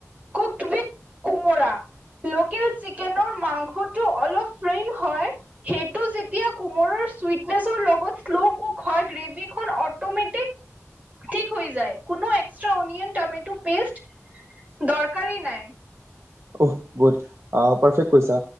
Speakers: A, on the right (about 30°); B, on the right (about 60°).
A: কুক উইথ কোমোৰা লোকেল চিকেনৰ মাংস সেইটো অলপ পেন হয়, সেইটো যেতিয়া কোমোৰা চুইট নেচৰ লগত ক্লো কুক হয় গ্ৰেভিখন অমেটিক হয় যায় কোনো অনিয়ন তমেটো পেষ্ট চৰকাৰে নাই।
B: অ, গুড পাৰফেক্ট কৈছা